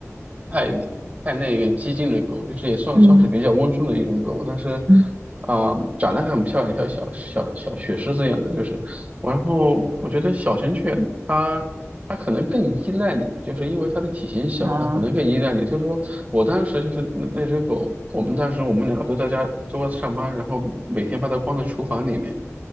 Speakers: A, on the right; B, on the right.
A: 太太那个激进的狗，就是也算算是比较温顺的一种狗，
B: 嗯
A: 但是
B: 嗯
A: 啊、长得还很漂亮，像小小小雪狮子一样的，就是。然后我觉得小型犬它它可能更依赖你，就是因为它的体型小，
B: 啊
A: 它可能更依赖你。就是说我当时就是那那只狗，我们当时我们两个都在家都在上班，然后每天把它关在厨房里面。